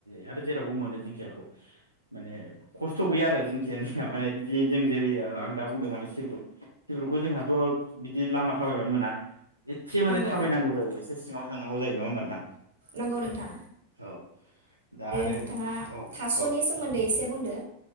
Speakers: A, on the right; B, on the right.
A: आरो जेरावबो मोनो दिंखियाखौ माने खस्थ' गैया आरो जिंखियानिया माने बिदि जों जेरै आं दा बुंदों माने सिब्रु सिब्रुखौ जोंहाथ' बिदि लामा थाबायबानो मोना। एदसे माने
B: नंगौ
A: थाबायनांगौ जायो एसे सिङाव थांनांगौ जायो नङा होमबा नोंथां
B: नंगौ नोंथां
A: औ दा आरो
B: नोंथाङा
A: जों औ
B: थास'नि
A: औ
B: सोमोन्दै एसे बुंदो